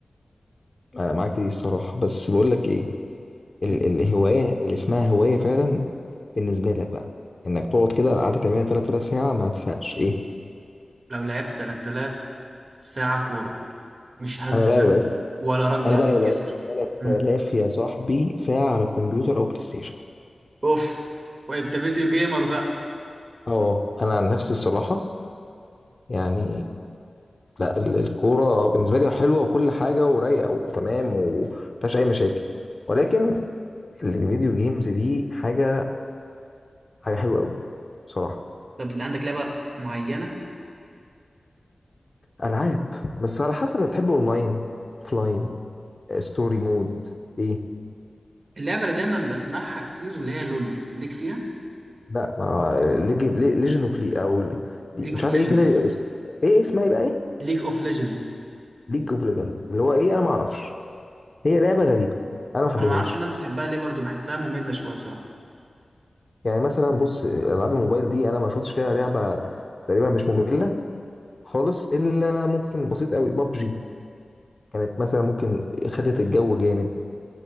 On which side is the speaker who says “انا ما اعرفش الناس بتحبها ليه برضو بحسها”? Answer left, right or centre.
Right